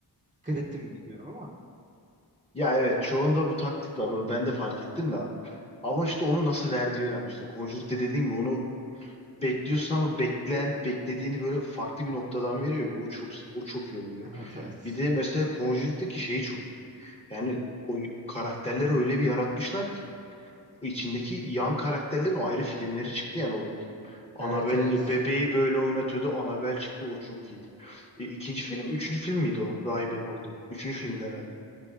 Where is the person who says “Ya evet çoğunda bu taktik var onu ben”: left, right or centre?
Left